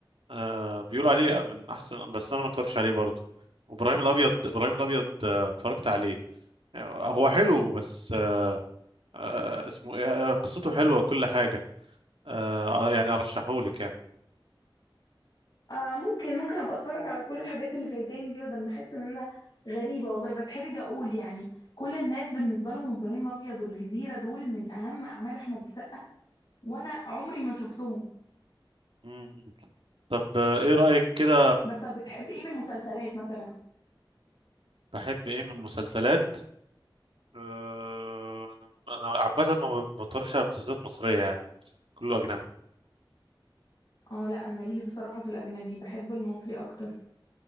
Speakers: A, on the right (about 85°); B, on the left (about 50°).
A: أه بيقولوا عليه من احسن بس انا ما اتفرجش عليه برضه وابراهيم الابيض ابراهيم الابيض آه، اتفرجت عليه آه، هو حلو بس آه اسمه إيه؟ آه، قصته حلوة وكل حاجة آه آه، يعني أرشحهولك يعني
B: آه ممكن ممكن ابقى اتفرج على كل الحاجات اللي فايتاني دي بدل ما احس ان انا غريبه والله بتحرج اقول يعني كل الناس بالنسبه لهم ابراهيم الابيض والجزيره دول من اهم اعمال احمد السقا وانا عمري ما شفتهم
A: مم. طب آه، إيه رأيك كده
B: بس طب بتحب ايه من المسلسلات مثلا
A: بحب إيه من المسلسلات آه أنا عامة ما بتفرجش على مسلسلات مصرية يعني كله أجنبي
B: اه لا انا ماليش بصراحه في الاجنبي بحب المصري اكتر